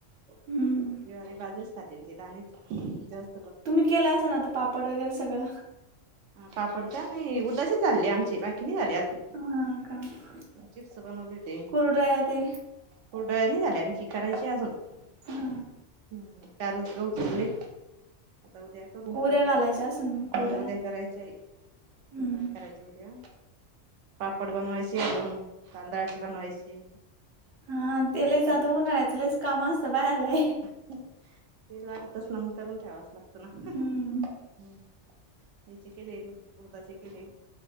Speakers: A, on the right (about 80°); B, on the right (about 60°).
A: <unintelligible>
B: हं.
A: बाजरीच खाते ते दाणे <unintelligible>
B: तुम्ही केला असलं आता पापड वगैरे सगळं?
A: हा पापड का नाही उडदाचेच झाले आमचे बाकी नाई झाले अजून.
B: हा का?
A: चिप्स
B: <inaudible>
A: बनवले ते
B: कुरडाया ते.
A: कुरडया नाई झाली आमची करायची हाय अजून. <unintelligible>
B: हा.
A: <inaudible> आता उद्या करू
B: उद्या
A: कुरडया
B: घालायच्या असेल मग कुरडया.
A: हम उद्या कराय च,
B: हम्म.
A: कुरडया करायच्या उद्या. पापड बनवायचे अजून, तांदळाचे बनवायचे.
B: हा ते लयच
A: हम्म
B: <unintelligible> उन्हाळ्याच लईच काम आसतय बाळाला.
A: ते लागतच ना मग करून ठेवायचं लागतं ना.
B: हम्म.
A: तेचे केले उडदाचे केले